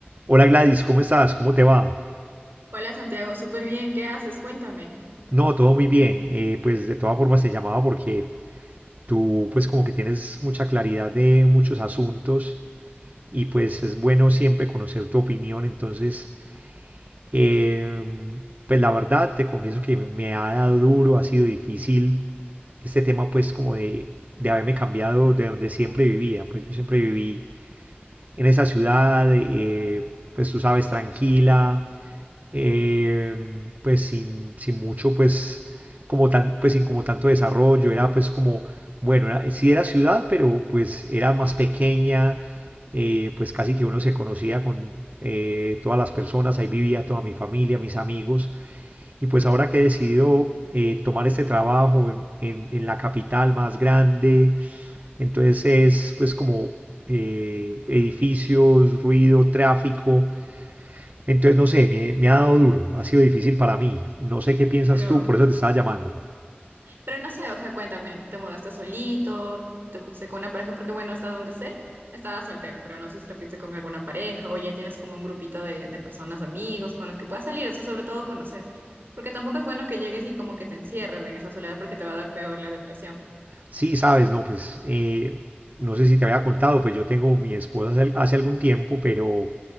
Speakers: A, on the right; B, on the right.
A: Hola Gladys, ¿cómo estás? ¿Cómo te va?
B: Hola Santiago, súper bien, ¿qué haces? Cuéntame.
A: No, todo muy bien. Eh, pues de todas formas te llamaba porque tú pues como que tienes mucha claridad de muchos asuntos y pues es bueno siempre conocer tu opinión. Entonces, eh, pues la verdad te confieso que me ha dado duro, ha sido difícil este tema pues como de, de haberme cambiado de donde siempre vivía. Pues yo siempre viví en esa ciudad, eh, pues tú sabes, tranquila eh, pues sin, sin mucho, pues como tan, pues sin como tanto desarrollo, era pues como, bueno, era- sí era ciudad, pero pues era más pequeña, eh, pues casi que uno se conocía con eh, todas las personas, ahí vivía toda mi familia, mis amigos, y pues ahora que he decidido eh, tomar este trabajo en, en- en la capital más grande, entonces es pues como eh, edificios, ruido, tráfico, entonces, no sé, me, me ha dado duro, ha sido difícil para mí. No sé qué piensas
B: Pero,
A: tú, por eso te estaba llamando.
B: pero no sé, o sea, cuéntame, ¿te mudaste solito? ¿Te fuiste con una pareja? Porque bueno, hasta donde sé, estabas soltero, pero no sé si te fuiste con alguna pareja o ya tienes como un grupito de, de personas, amigos con las que puedas salir, o sea, sobre todo conocer. Porque tampoco es bueno que llegues y como que te encierres en esa soledad porque te va a dar peor la depresión.
A: Sí, sabes, no, pues, eh, no sé si te había contado, pues yo tengo mi esposa hace, hace algún tiempo, pero